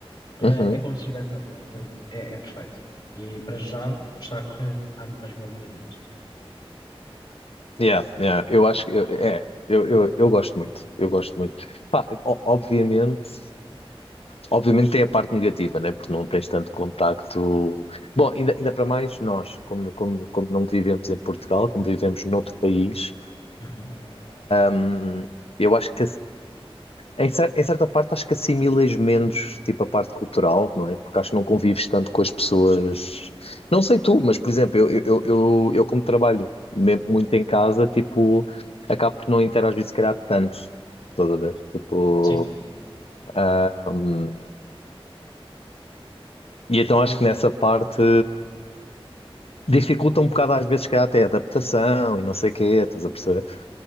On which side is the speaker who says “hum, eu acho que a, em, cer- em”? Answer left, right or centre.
Left